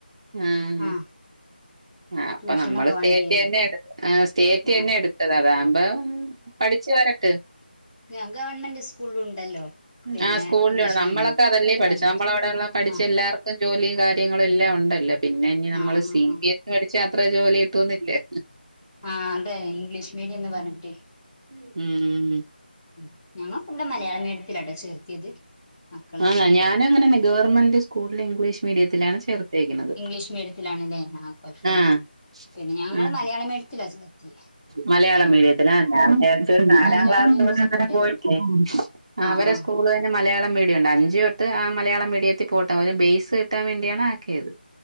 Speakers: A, on the right; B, on the left.
A: ആഹ്
B: ആ
A: ആഹ് അപ്പൊ
B: ട്യൂഷനൊക്കെ
A: നമ്മള് സ്റ്റേറ്റ്
B: വേണ്ടി വരും
A: തന്നെ എടു ആഹ് സ്റ്റേറ്റ്
B: ആ
A: തന്നെ എടു ത്തത് അതാവുമ്പോ പഠിച്ചു വരട്ട്.
B: ഞാൻ ഗവൺമെന്റ് സ്കൂളിലും ഉണ്ടല്ലോ. പിന്നെ
A: ആഹ് സ്കൂളിലുണ്ട്
B: ഇംഗ്ലീഷ്
A: നമ്മളക്കതല്ലേ
B: മീഡിയം അത്
A: പഠിച്ചത്,
B: മതി
A: നമ്മള അവിടെള്ള പഠിച്ച
B: ആഹ്
A: എല്ലാർക് ക്കും ജോലിയും കാര്യങ്ങളും എല്ലാം ഉണ്ടല്ലോ പിന്നെ ഇഞ്ഞി നമ്മള്
B: ആഹ് ആഹ്
A: സി ബി എസ് പഠിച്ച അത്ര ജോലി കിട്ടൊന്നില്ലേ.
B: ആഹ് അതെന്ന ഇംഗ്ലീഷ് മീഡിയെന്ന് പറഞ്ഞ്ട്ട്
A: ഉം ഉം
B: ഉം ഞങ്ങളൊക്കെ ഇവ്ട മലയാള മീഡിയത്തിലാട്ടോ ചേർത്തിയത് മക്കളെ
A: ആന്ന ഞാനും അങ്ങന ഗവർമെന്റ് സ്കൂളില് ഇംഗ്ലീഷ് മീഡിയത്തിലാണ് ചേർത്തേക്കണത്.
B: ഇംഗ്ലീഷ് മീഡിയത്തിലാണല്ലേ ആഹ് കൊഴപ്പല്ല
A: ആഹ്
B: തന്നെ ഞങ്ങള്
A: ആഹ്
B: മലയാള മീഡിയത്തില ചെർത്തിയെ
A: മലയാളം മീഡിയത്തിലാ ഞാം വിചാരിച്ച് ഒര് നാലാം
B: നല്ല
A: ക്ലാസ്സ്
B: ഒന്ന്
A: വെരെ
B: സപ്പോർട്ട്
A: അങ്ങനെ
B: ചെയ്ത്
A: പോയ്ട്ടെ
B: കൊടുക്കും ആഹ്
A: അവരെ
B: ആഹ്
A: സ്കു സ്കൂള് തന്നെ മലയാളംമീഡിയം ഒണ്ട് അഞ്ച് തൊട്ട് ആഹ് മലയാള മീഡിയത്തി പോട്ടെ ഒര് ബേയ്സ് കിട്ടാം വേണ്ടിയാണ് ആക്കിയത്.